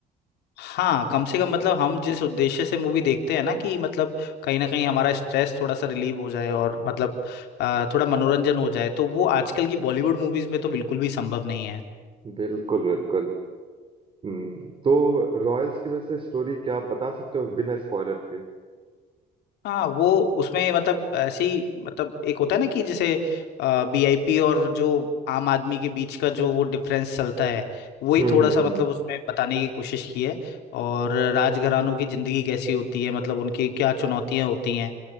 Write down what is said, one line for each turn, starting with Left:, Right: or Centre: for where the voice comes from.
Left: हाँ कम से कम मतलब हम जिस उद्देश्य से मूवी देखते हैं ना कि मतलब कहीं ना कहीं हमारा स्ट्रेस थोड़ा सा रिलीव हो जाए और मतलब अ, थोड़ा मनोरंजन हो जाए तो वो आजकल की बॉलीवुड मूवीज में तो बिल्कुल भी संभव नहीं
Right: बिल्कुल बिल्कुल हम्म तो रॉयल्स की वैसे स्टोरी क्या आप बता सकते हो बिना स्पॉइलर के
Left: हाँ वो उसमें मतलब ऐसे ही मतलब एक होता है ना कि जैसे वीआईपी और जो आम आदमी के बीच का जो वो डिफरेंस चलता है वही
Right: हम्म
Left: थोड़ा
Right: हम्म
Left: सा मतलब
Right: हम्म।
Left: उसमें बताने की कोशिश की है और राजघरानों की जिंदगी कैसी होती है मतलब उनकी क्या चुनौतियां होती हैं